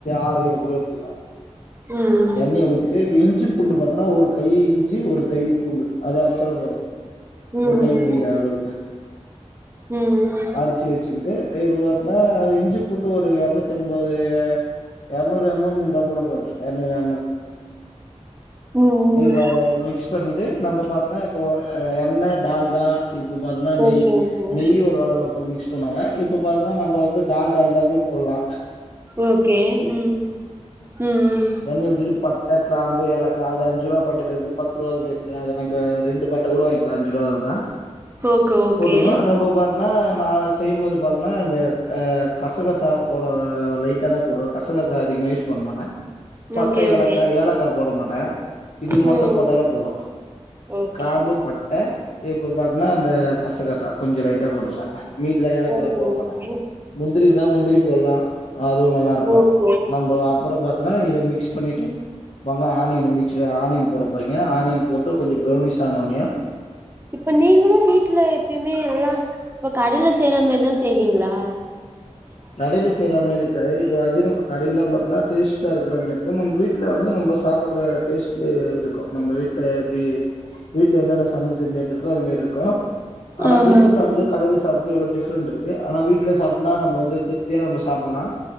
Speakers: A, on the left; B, on the right.
A: ஆரு ஏழு கூட எடுத்துக்கலா
B: ம்
A: எண்ணைய ஊத்திட்டு இப்ப இஞ்சி பூண்டு பாத்தனா ஒரு கை இஞ்சி ஒரு கை பூண்டு அது அரிச்சால போது
B: ம்
A: ஒரு கை புடிக்கிற அளவு
B: ம்
A: அரச்சி வச்சிக்கிட்டு இப்ப பாத்தனா இஞ்சு பூண்டு ஒரு எறநூத் த்தெம்பது எரநூறு எம் எம் ந்தா கூட போது எரநூறு எம் எல்
B: ம்
A: இப்போ அத மிக்ஸ் பண்ணிட்டு நம்ப பாத்தனா இப்போ எண்ண டால்டா இப்ப பாத்தனா நெய்
B: ஓகே ஓகே
A: நெய் ஒரு ஆர்வாத்த மிக்ஸ் போனாங்க இப்ப பாத்தனா நம்ப வந்து டால்டா இல்லாதியு போல்லா
B: ஓகே ம் ம் ம்
A: எண்ணெய உத்திட்டு பட் ட கிராம்பு ஏலக்கா அது அஞ்சு ரூவா பாட்டில இருக்கு பத்து ரூவாதுல இருக்கு அத நம்ப ரெண்டு பட்ட கூட வாய்ங் ல அஞ்சு ரூவாதா
B: ஓகே ஓகே
A: போட்டுகனு நம்ம பாத் த்தனா நா செய்யுபோது பாத்தனா இந்த அ கசகசா போட லைட்டா தா போடுவ கசகசா அதிகமா யூஸ் பண்ண மாட்ட பட்ட
B: ஓகே
A: ஏலக்கா
B: ஓகே
A: ஏலக்கா போட மாட்டே இது மட்டு
B: ம்
A: போட்டாலே போது இந்த
B: ஓகே
A: கிராம்பு பட்ட இப்ப பாத்தனா அந்த கசகசா கொஞ்ச லைட்டா போட்டிருப்பே மீதில ஏலக்காலா
B: ஓகே
A: போட மாட்டே
B: ஓகே
A: முந்திரி இருந்தா முந்திரி போட்லா அதுவு நல்லா இருக்கு
B: ஓகே
A: நம்ப அப்பற பாத்தனா இத மிக்ஸ் பண்ணிட்டு மாங்க ஆனியனு மிக் ச ஆனியன் போட போறீங்க ஆனியன் போட்டு கொஞ்ச பிரௌனிஸ் ஆன ஒனையு
B: இப்ப நீங்களு வீட்ல எப்பியுமே எல்லா இப்ப கடைல செய்ற மாரிதா செய்வீங்ளா
A: கடைல செய்ற மாரி இருக்காது இப்போ அஜினோ கடையில பாத்தீன்னா டேஸ்ட்டா இருக்கிற மாரி இருக்கு நம்ப வீட் ல வந்து நம்ப சாப்புற்ற டேஸ்ட்டு இருக்கு நம்ப வீட்ல எப்டி வீட்ல என்னென்ன சமையல் செஞ்சா எப்டி இருக்கோ அது மேரி இருக்கு ஆனா
B: ஆமா
A: வீட்ல
B: ஆமா
A: சாப்புறதோ கடைல சாப்புறது எவ்ளோ ஃடிப்ரெண்ட் இருக்கு ஆனா வீட்ல சாப்டனா நம்ப வந்து திருப்தியா நம்ப சாப்புல்லா